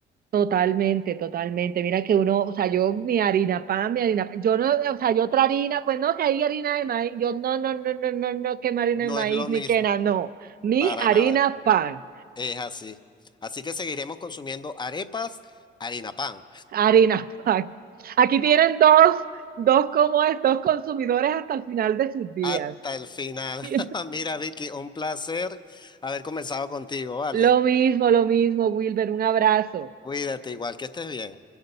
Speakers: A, on the right; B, on the left.
A: totalmente, totalmente. Mira que uno, o sea, yo mi harina pan, mi harina pan, yo no, o sea, yo otra harina, pues no, que hay harina de maíz, yo no, no, no, no, no, no, que harina
B: No
A: de maíz
B: es lo
A: ni
B: mismo,
A: que nada, no, mi
B: para
A: harina
B: nada.
A: pan.
B: Es así. Así que seguiremos consumiendo arepas, harina pan,
A: Harina Pack. Aquí tienen dos, dos como estos consumidores hasta el final de sus días.
B: hasta el final.
A: <laughs>
B: <laughs> Mira, Vicky, un placer haber conversado contigo, ¿vale?
A: Lo mismo, lo mismo, Wilber, un abrazo.
B: Cuídate igual, que estés bien.